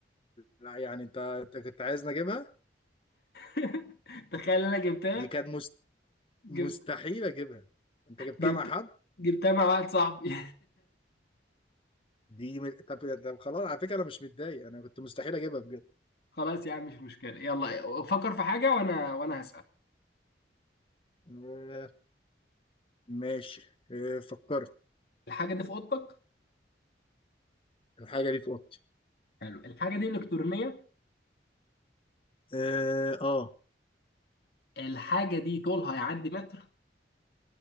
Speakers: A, on the left (about 30°); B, on the left (about 55°).
A: لا يعني انت انت كنت عايزني اجيبها
B: <laughs> تخيل انا جبتها
A: دي كانت مست...
B: جبت
A: مستحيل اجيبها انت جبتها
B: جبت
A: مع حد
B: جبتها مع واحد صاحبي
A: دي م... طب طب خلاص على فكره انا مش متضايق انا كنت مستحيل اجيبها بجد
B: <laughs> خلاص يا عم مش مشكله يلا فكر في حاجه وانا وانا هسال
A: آه ماشي آه فكرت
B: الحاجه دي في اوضتك
A: الحاجه دي في اوضتي
B: حلو الحاجه دي الكترونيه
A: اه آه.
B: الحاجة دي طولها يعدي متر